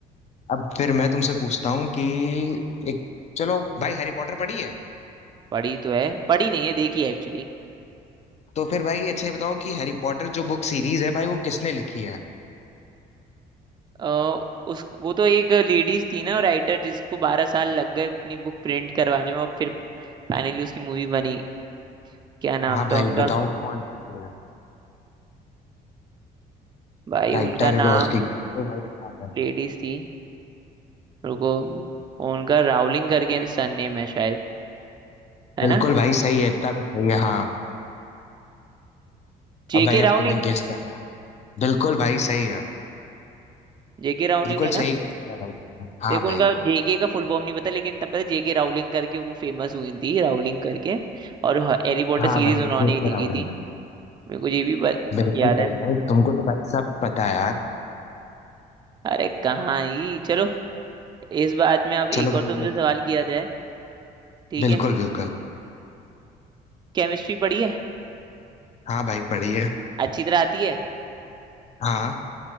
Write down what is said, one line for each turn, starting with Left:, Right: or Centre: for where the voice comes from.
Left: अब फिर मैं तुमसे पूछता हूँ कि एक चलो भाई हैरी पॉटर पढ़ी है
Right: पढ़ी तो है पढ़ी नहीं है देखी है एक्चुअली
Left: तो फिर भाई अच्छा ये बताओ कि हैरी पॉटर जो बुक सीरीज है भाई वो किसने लिखी है
Right: अ, उस वो तो एक लेडीज थी ना राइटर जिसको बारह साल लग गए अपनी बुक प्रिंट करवाने में और फिर फाइनली उसकी मूवी बनी क्या नाम
Left: हाँ भाई
Right: था उनका
Left: बताओ कौन सी है
Right: भाई
Left: राइटर
Right: उनका नाम
Left: उसकी guess करो भाई कौन है
Right: लेडीज थी रुको उनका रावलिंग करके सरनेम है शायद है
Left: बिल्कुल
Right: ना
Left: भाई सही है इतना तो सही है हाँ
Right: जेके
Left: अब भाई
Right: रावलिंग
Left: अब तुम्हें गेस करना है बिल्कुल भाई सही है
Right: जेके रावलिंग
Left: बिल्कुल
Right: है
Left: सही
Right: ना
Left: गेस किया भाई तुमने हाँ
Right: देखो
Left: भाई
Right: उनका जेके का फुल फॉर्म नहीं पता लेकिन तब पता जेके रावलिंग करके वो फेमस हुई थी रावलिंग करके और हैरी पॉटर
Left: हाँ
Right: सीरीज
Left: भाई
Right: उन्होंने
Left: जेके
Right: ही लिखी
Left: रावलिंग
Right: थी
Left: है
Right: मेरे को ये भी बत,
Left: बिल्कुल
Right: याद
Left: सही
Right: है
Left: भाई तुमको तो भाई सब पता है यार
Right: अरे कहाँ ही चलो इस बात में अब एक
Left: चलो
Right: और
Left: भाई
Right: तुमसे
Left: नेक्स्ट
Right: सवाल
Left: क्वेश्चन
Right: किया जाए ठीक
Left: बिल्कुल
Right: है
Left: बिल्कुल
Right: केमिस्ट्री पढ़ी है
Left: हाँ भाई पढ़िए
Right: अच्छी तरह आती है
Left: हाँ